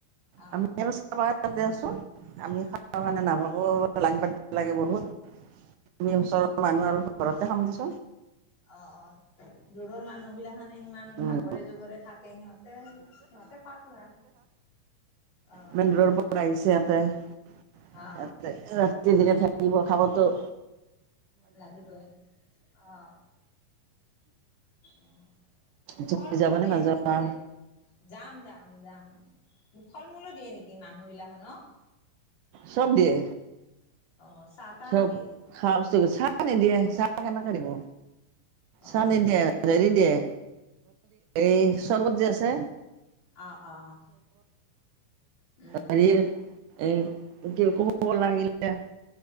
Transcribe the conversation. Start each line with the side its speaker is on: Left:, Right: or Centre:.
Left: অ অ অ
Right: আমি, আমি চাবা যাওঁ দিয়াচোন, আমি খাবা কাৰণে নাভাবো লাইন পাতিব লাগে বহুত, আমি ওচৰৰ মানুহ আৰু, ঘৰতে খাম দেচোন।
Left: অ', অ', দূৰৰ মানুহবিলাক মানে সিমান
Right: উম,
Left: ভাগৰে-জোগৰে থাকে, সিহঁতে, সিহঁতে খোৱাতো ভাল। অ
Right: ইমান দূৰৰ পৰা আহিছে ইয়াতে।
Left: অ
Right: ৰাতি-দিনে থাকিব, খাবতো
Left: লাগিবই, অ', উম।
Right: তুমি
Left: ফল-মূলো
Right: যাবানে
Left: দিয়ে
Right: নাযাবা
Left: নেকি তে? যাম, যাম, যাম। ফল-মূলো দিয়ে নেকি মানুহগিলাখানক?
Right: সব দিয়ে।
Left: অ', চাহ-তাহও
Right: চব
Left: দিয়ে?
Right: খোৱা বস্তু চাহ নিদিয়ে, চাহ কেনেকৈ দিব,
Left: অ',
Right: চাহ নিদিয়ে, হেৰি দিয়ে এই চৰ্বত যে আছে
Left: অ, অ। উম,
Right: হেৰি, এই কোকাকোলা আনিলে।